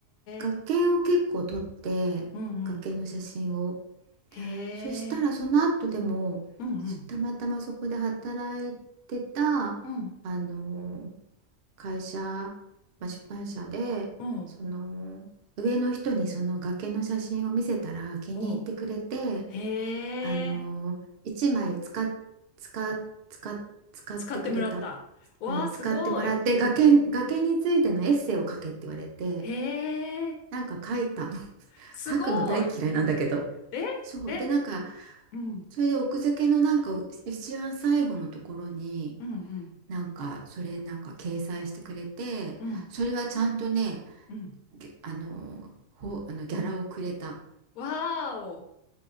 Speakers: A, on the right; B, on the left.
A: 崖を結構撮って、
B: え。うんうん。
A: 崖の写真を。
B: へえ。
A: そしたらその後でもすたまたまそこで働いてたあの
B: うんうん。うん。
A: 会社、まあ、出版社でその上の人にその崖の写真を見せたら気に入ってくれて
B: おう。おう。へえ。
A: あの1枚使っ、使っ、使っ、使ってくれた、
B: 使ってもらった。わあ、
A: うん、使ってもらって崖、
B: すごい。
A: 崖についてのエッセイを書けって言われて
B: へえ。
A: なんか書いたの <laughs>
B: すごい。
A: 書くの大嫌いなんだけど
B: ええ、
A: そうでなんか
B: うん。
A: それで奥付けのなんか一番最後のところに
B: うんうん。
A: なんかそれなんか掲載してくれてそれはちゃんとね
B: うん。うん。
A: ぎあのほあのギャラをくれた
B: わーお、